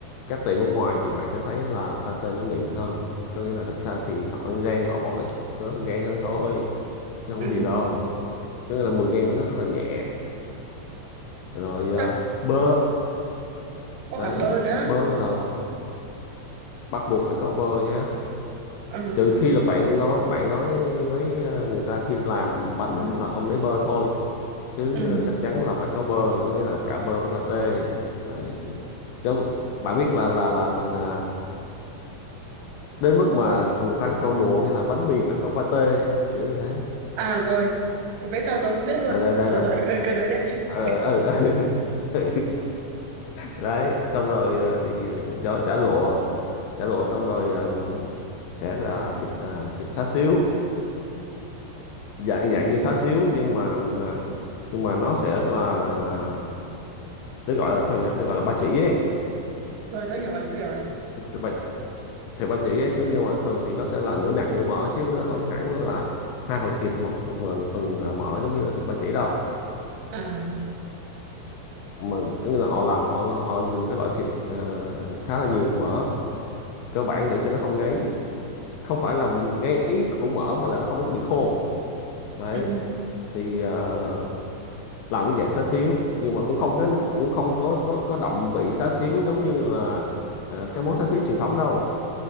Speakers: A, on the left (about 80°); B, on the right (about 85°).
A: các tiệm ở ngoài thì bạn sẽ thấy là pate nó mịn hơn có nghĩa là thực ra thì họ ăn rang họ bỏ ít ờ, gan hơn thôi nó không
B: ừ
A: có gì đâu cái này là mùi gan nó rất là nhẹ rồi à,
B: Thế
A: bơ
B: có
A: đấy
B: cả bơ nữa
A: bơ là ph- bắt buộc phải có bơ nha
B: ừ.
A: trừ khi là bạn nói bạn nói với à, người ta khi làm bánh ấy là không lấy bơ thôi chứ
B: ừ
A: à, chắc chắn là phải có bơ có nghĩa là cả bơ với pate đấy Chứ bạn biết là là là à, đến mức mà người ta có câu đùa nghĩa là bánh mì phải có pate kiểu như thế
B: à rồi về sau tớ cũng biết luôn
A: đây đây đây
B: rồi
A: đó
B: rồi ừ, cứ nói tiếp đi
A: ờ ờ ờ. <laughs> đấy xong rồi ờ, thì ờ, cho chả lụa chả lụa xong rồi ờ, sẽ là thịt ờ, thịt xá xíu dạng dạng như xá xíu nhưng mà ờ, nhưng mà nó sẽ là, là nó gọi là sao nhỉ nó gọi là ba chỉ ấy
B: rồi tớ hiểu rồi tớ hiểu rồi
A: thịt ba thịt ba chỉ ấy chứ nhưng mà thường thì nó sẽ là nửa nạc nửa mỡ chứ nó không hẳn là hai phần thịt một phần phần, phần ờ, mỡ giống như là thịt ba chỉ đâu
B: à
A: mà tức là họ làm họ họ dùng cái loại thịt ờ, khá là nhiều mỡ cơ bản để cho nó không ngấy không phải là ngáy của mỡ mà là nó không có bị khô đấy
B: ừ
A: thì ờ, làm cái dạng xá xíu nhưng mà cũng không có cũng không có có có động vị xá xíu giống như là à, cái món xá xíu truyền thống đâu